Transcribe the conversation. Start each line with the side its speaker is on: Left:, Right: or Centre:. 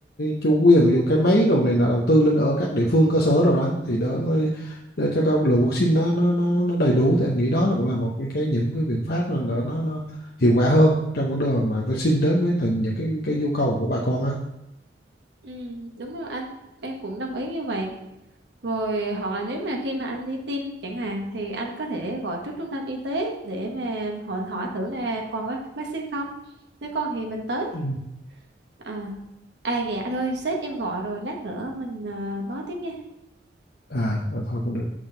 Left: chủ quyền rồi cái máy đồ này nọ đầu tư lên ở các địa phương cơ sở rồi đó thì đó nó để cho các lượng vaccine nó nó nó nó đầy đủ thì anh nghĩ đó là cũng là một cái cái những cái biện pháp là nó nó, nó hiệu quả hơn trong vấn đề mà vaccine đến với từng những cái cái nhu cầu của bà con á
Right: ừ, đúng rồi anh em cũng đồng ý như vậy rồi hoặc là nếu mà khi mà anh đi tiêm chẳng hạn thì anh có thể gọi trước trung tâm y tế để mà hỏi hỏi thử là còn vắc- vaccine không nếu còn thì mình tới
Left: Ừ.
Right: à à dạ anh ơi sếp em gọi rồi lát nữa mình ờ, nói tiếp nha
Left: à, à thôi cũng được